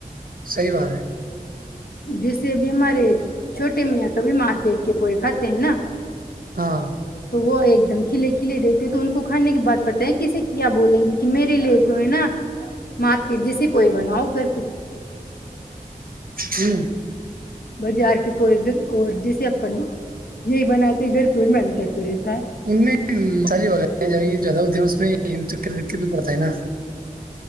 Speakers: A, on the right (about 70°); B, on the left (about 85°).
A: صحی بات ہے
B: جیسے اب ہمارے چھوٹے میاں کبھی مارکیٹ کے پوئے کھاتے ہیں نا
A: ہاں
B: تو وہ ایک دم کھلے کھلے رہتے تو ان کو کھانے کے بد پت ہے کسے کیا بولیں گے کہ میرے لیے تو ہے نا مارکیٹ جیسے بناؤ گھر پہ
A: ہوں
B: بازار کی پئے گ اور جیسے اپن یہی بناتے گھر پور میں انتر تو رہتا ہے
A: انالی یہ زدہ اس میں چکر چکے تو پڑتا ہے نا